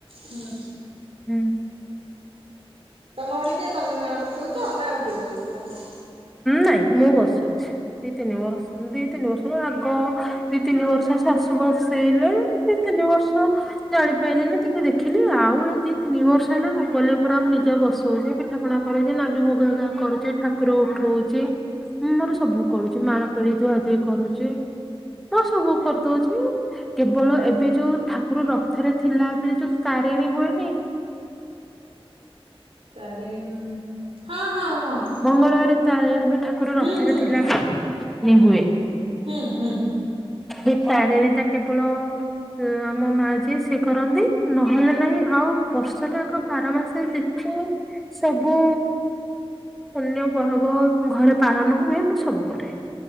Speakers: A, on the right; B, in the centre.
A: ହୁଁ।
B: ହୁଁ।
A: ତମ ଘରେ କିଏ ତମେ ମାଣ ବସଉଛ ନା ଆଉ କିଏ ବସଉଛନ୍ତି।
B: ନାଇଁ ମୁଁ ବସଉଛି ଦି ତିନି ବର୍ଷ ଦି ତିନି ବର୍ଷରୁ ଆଗ ଦି ତିନି ବର୍ଷ ସା ସୁ ବସେଇଲେ ଦି ତିନି ବର୍ଷ ଜାଣି ପଇଲିନି ଟିକେ ଦେଖିଲି ଆଉ ଏଇ ଦି ତିନି ବ ବର୍ଷେଇଲେ ମୁଁ ପଲି ପୁରା ମୁଁ ନିଜେ ବସଉଛି ପିଠା ପଣା କରୁଛି ନାଙ୍ଗି ମୁଗ କରୁଛି। ଠାକୁର ଉଠଉଛିଁ ମୋର ସବୁ କରୁଛି ମାଣ ପେଢ଼ି ଧୁଆ ଧୁଇ କରୁଛି। ମୁଁ ସବୁ କରିଦଉଛି କେବଳ ଏବେ ଯୋଉ ଠାକୁର ରଥରେ ଥିଲାବେଳେ ଯୋଉ କା ରିଣ ହୁଏ ନି
A: ତାରିଣ ହଁ ହଁ ହଁ।
B: ମଙ୍ଗଳବାରେ ତାରିଣୀ ଠାକୁର
A: ହୁଁ
B: ରଥରେ
A: ହୁଁ
B: ଥିଲାବେଳେ ହିଁ ହୁଏ।
A: ହୁଁ ହୁଁ।
B: ଏଇ ତାରିଣୀ ଟା କେବଳ ଆମ ମା ଯିଏ ସିଏ କରନ୍ତି ନହେଲେ ନାହିଁ ଆଉ ଆଉ ବର୍ଷ ଟା ଯାକ ବାର ମାସ ଯେତେ ସବୁ ପୁଣ୍ୟ ପର୍ବ ଘରେ ପାଳନ ହୁଏ। ମୁଁ ସବୁ କରେ।